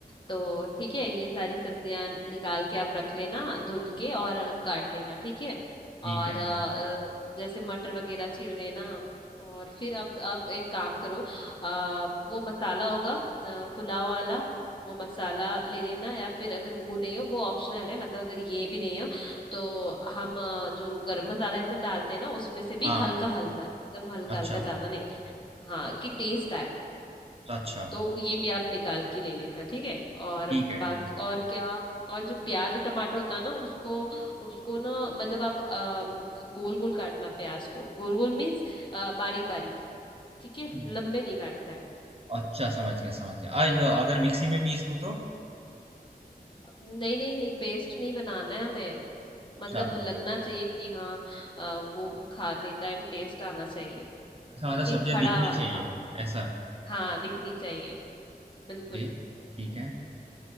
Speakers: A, on the left (about 30°); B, on the right (about 35°).
A: तो ठीक है ये सारी सब्जियां निकाल के आप रख लेना धुल के और काट लेना ठीक है
B: ठीक
A: और
B: है
A: अ, अ, जैसे मटर वगैरह छील लेना और फिर आप आप एक काम करो आ, वो मसाला होगा अ, पुलाव वाला वो मसाला ले लेना या फिर अगर वो नहीं हो वो ऑप्शनल है मतलब अगर ये भी नहीं हो तो हम अ, जो गरम मसाला ये सब डालते हैं ना उसमें से भी
B: हाँ
A: हल्का हल्का एकदम हल्का
B: अच्छा
A: हल्का ज्यादा नहीं हाँ कि टेस्ट आए
B: तो अच्छा
A: तो ये भी आप निकाल के ले लेना ठीक है और
B: ठीक है
A: बाकी
B: ठीक
A: और क्या और जो प्याज और टमाटर होता है ना उसको उसको ना मतलब आप गोल गोल काटना प्याज को गोल गोल मीन्स बारीक बारीक ठीक है
B: है
A: लंबे नहीं काटना है
B: अच्छा समझ गया समझ गया आ, या, अगर मिक्सी में पीस दूं तो
A: नहीं नहीं नहीं पेस्ट नहीं बनाना है हमें
B: अच्छा
A: मतलब लगना चाहिए कि हाँ अ, वो खाने टाइम टेस्ट आना चाहिए
B: अच्छा
A: ठीक
B: मतलब
A: है
B: सब्जियां
A: खड़ा
B: दिखनी
A: वाला
B: चाहिए
A: हाँ
B: ऐसा
A: हाँ, दिखनी चाहिए बिल्कुल
B: ओके ठीक है